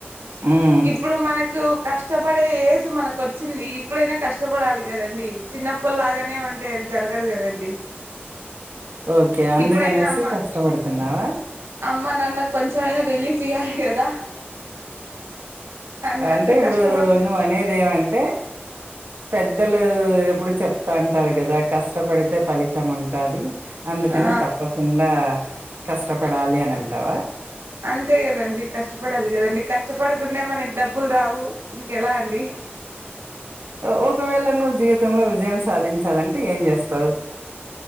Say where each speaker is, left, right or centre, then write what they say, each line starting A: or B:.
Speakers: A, on the right; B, on the right.
A: హ్మ్.
B: ఇప్పుడు మనకు కష్టపడే ఏజ్ మనకు ఒచ్ చ్చింది ఇప్పుడైనా కష్టపడాలి కదండి చిన్నప్పుల్ లాగానే ఉ టే అది జరగదు కదండి
A: ఓకే అందుకనేసి
B: ఇప్పుడైనా అమ్మ
A: కష్టపడుతున్నావా
B: అమ్మ నాన్న కొంచెంమైనా రిలీఫ్ ఇయ్యాలి కదా అన్నట్టు
A: అంటే ఇప్పుడు
B: కష్టపడుతు
A: నువ్వనేదేవంటే పెద్దలు ఎప్పుడు చెప్తాంటారు కదా కష్టపడితే పలితం ఉంటాది అందుకని
B: ఆ
A: తప్పకుండా కష్టపడాలి అని అంటావా
B: అంతే కదండి కష్టపడాలి కదండి కష్టపడకుండా మనకి డబ్బులు రావు ఇంకెలా అండి
A: ఒ ఒకవేళ నువ్వు జీవితంలో విజయం సాధించాలంటే ఏం చేస్తావు